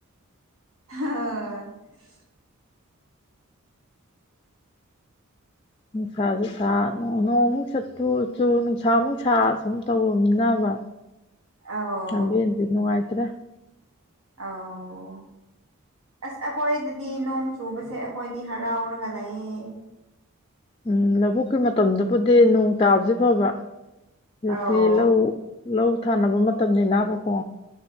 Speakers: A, on the right; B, on the left.
A: ꯍꯥ ꯍꯥ ꯍꯥ
B: ꯅꯨꯡꯁꯥꯁꯨ ꯁꯥꯥ ꯅꯣꯡꯃꯨꯛ ꯆꯠꯄꯨ ꯆꯨ ꯅꯨꯡꯁꯥ ꯑꯃꯨꯛꯅꯨꯡꯁꯥ ꯁꯨꯝ ꯇꯧꯔꯝꯅꯤꯕ
A: ꯑꯧ
B: ꯂꯝꯕꯦꯟꯁꯦ ꯅꯨꯡꯉꯥꯏꯇ꯭ꯔꯦ
A: ꯑꯥꯎ ꯑꯁ ꯑꯩꯈꯣꯏꯗꯗꯤ ꯅꯣꯡ ꯆꯨꯕꯁꯦ ꯑꯩꯈꯣꯏꯗꯤ ꯍꯔꯥꯎꯔꯒ ꯂꯩꯌꯦ
B: ꯎꯝ ꯂꯧꯕꯨꯛꯀꯤ ꯃꯇꯝꯗꯕꯨꯗꯤ ꯅꯣꯡ ꯇꯥꯕꯁ ꯐꯕ ꯍꯧꯖꯤꯛꯇꯤ
A: ꯑꯧ
B: ꯂꯧ ꯂꯧ ꯊꯥꯅꯕ ꯃꯇꯝꯅꯤ ꯅꯥꯕꯀꯣ